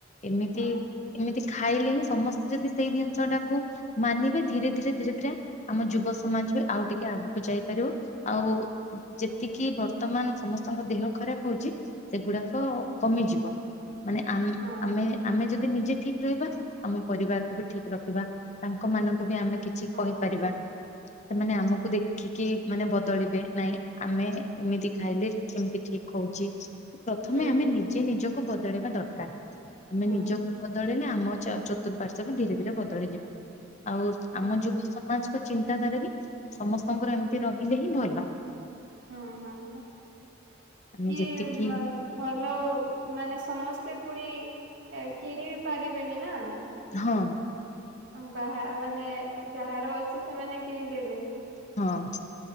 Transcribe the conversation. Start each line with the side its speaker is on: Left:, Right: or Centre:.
Left: ଏମିତି
Right: ହଁ
Left: ଏମିତି ଖାଇଲେ ହିଁ ସମସ୍ତେ ଯଦି ସେଇ ଜିନିଷ ଟାକୁ ମାନିବେ ଧୀରେ ଧୀରେ ଧୀରେ ଧୀରେ ଆମ ଯୁବ ସମାଜ ଆଉ ଟିକେ ଆଗକୁ ଯାଇପାରିବ। ଆଉ ଯେତିକି ବର୍ତ୍ତମାନ ସମସ୍ତଙ୍କ ଦେହ ଖରାପ ହଉଛି ସେଗୁଡାକ କମ ମିଯିବ ମାନେ ଆମ୍-ଆମେ
Right: ହଁ ହଁ
Left: ଯଦି ନିଜେ ଠିକ୍ ରହିବା ଆମ ପରିବାରକୁ ବି ଠିକ ରଖିବା ତାଙ୍କ ମାନଙ୍କୁ ବି ଆମେ କିଛି
Right: ହଁ
Left: କହିପାରିବା। ସେମାନେ ଆମକୁ ଦେଖିକି ମାନେ ବଦ୍ ବଦଳିବେ ନାଇଁ ଆମେ ଏମିତି ଖାଇଲେ ଏମିତି ଠିକ ହଉଛି। ପ୍ରଥମେ
Right: ହୁଁ
Left: ଆମେ
Right: ହୁଁ
Left: ନିଜେ ନିଜକୁ ବଦଳେଇବା ଦରକାର। ଆମେ
Right: ହୁଁ
Left: ନିଜକୁ ବଦଳେଇଲେ ଆମ ଚ-ଚତୁଃପାର୍ଶ୍ଵ ବି ଧୀରେ ଧୀରେ ବଦଳିଯିବ ଆଉ
Right: ହଁ
Left: ଆମ ଯୁବ ସମାଜ ଚିନ୍ତାଧାରା ବି ସମସ୍ତଙ୍କର ଏମିତି ରହିଲେ ହିଁ ଭଲ।
Right: ହୁଁ ହୁଁ ସେଟା
Left: ଆମେ
Right: କିଏ
Left: ଯେତିକି
Right: ଭଲ ଓ ମାନେ ସମସ୍ତେ ପୁଣି କିଣି ବିି ପାରିବେନି ନା।
Left: ହଁ।
Right: ଅ ବାହା ମାନେ ଯାହାର ଅଛି ସେମାନେ କିଣିଦେବେ।
Left: ହଁ